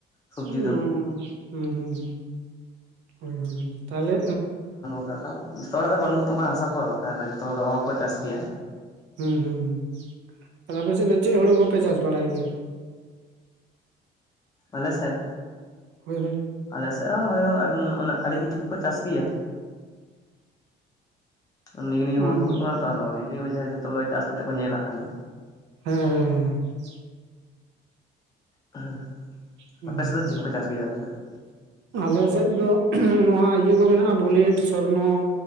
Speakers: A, on the left; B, on the right.
A: ᱥᱚᱵᱽᱡᱤ
B: ᱦᱮᱸ
A: ᱫᱚ
B: ᱦᱩᱸ ᱦᱩᱸ ᱦᱩᱸ ᱦᱳᱭ ᱦᱳᱭ ᱛᱟᱦᱞᱮ᱾
A: <inaudible> ᱡᱷᱚᱛᱚ ᱦᱚᱲᱟᱜ ᱜᱮ ᱵᱟᱹᱱᱩᱜ-ᱟ ᱛᱚ ᱚᱱᱠᱟᱱ ᱦᱟᱥᱟ ᱠᱚ ᱛᱟᱦᱚᱞᱮ ᱡᱷᱚᱛᱚ ᱦᱚᱲ ᱫᱚ ᱚᱦᱚ ᱠᱚ ᱪᱟᱥ ᱠᱮᱭᱟ᱾
B: ᱦᱩᱸ ᱦᱩᱸ ᱦᱩᱸ ᱟᱯᱮᱥᱮᱫ ᱫᱚ ᱪᱮᱫ ᱦᱳᱲᱳ ᱠᱚᱯᱮ ᱪᱟᱥ ᱵᱟᱲᱟᱭ ᱜᱮᱭᱟ᱾
A: ᱟᱞᱮᱥᱮᱫ
B: ᱦᱳᱭ ᱦᱳᱭ
A: ᱟᱞᱮᱥᱮᱫ ᱦᱚᱸ ᱦᱳᱭᱳᱟ ᱚᱱᱟ ᱟᱹᱰᱤ ᱠᱤᱪᱪᱷᱩ᱾ ᱪᱟᱥ ᱜᱮᱭᱟ ᱱᱤᱭᱩ ᱱᱤᱭᱩ ᱦᱩᱲᱩ
B: ᱚ
A: ᱛᱩᱫᱩᱜ
B: ᱦᱮᱸ
A: ᱠᱟᱱᱟ ᱛᱚ᱾ ᱟᱨᱦᱚ ᱱᱤᱭᱩ ᱱᱤᱭᱩ ᱡᱷᱚᱛᱚ ᱜᱮ ᱪᱟᱥ ᱠᱟᱛᱮ ᱠᱚ ᱧᱮᱞᱟᱜ ᱠᱟᱱᱟ᱾
B: <unintelligible>
A: ᱦᱮ
B: ᱦᱮᱸ
A: ᱟᱯᱮᱥᱮᱫ ᱫᱚ ᱪᱮᱫ ᱠᱚᱯᱮ ᱪᱟᱥ ᱜᱮᱭᱟ ᱟᱯᱮᱥᱮᱫ ᱫᱚ᱾
B: ᱟᱞᱮ ᱥᱮᱫ ᱫᱚ ᱱᱚᱣᱟ ᱤᱭᱟᱹ ᱠᱚ ᱢᱮᱱᱟᱜᱼᱟ ᱵᱩᱞᱮᱴ ᱥᱚᱨᱱᱚ